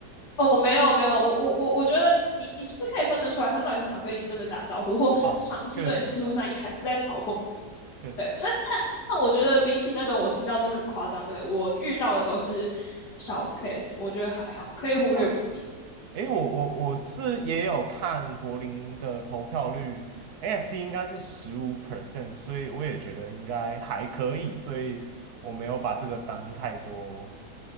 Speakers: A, on the left; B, on the right.
A: 哦，没有没有，我我我我觉得你你是不是可以分得出来，他到底是想跟你真的打招呼，或尝试对你示出善意，
B: <laughs> 啊，确实啊，确实。
A: 还是在嘲讽你
B: 确实。
A: 对，那但但我觉得比起那种我听到真的很夸张的，我遇到的都是小 case，我觉得还好，可以忽略不计。
B: 哦，诶，我我我是也有看柏林的投票率，AFD 应该是十五 percent，所以我也觉得应该还可以，所以我没有把这个当太多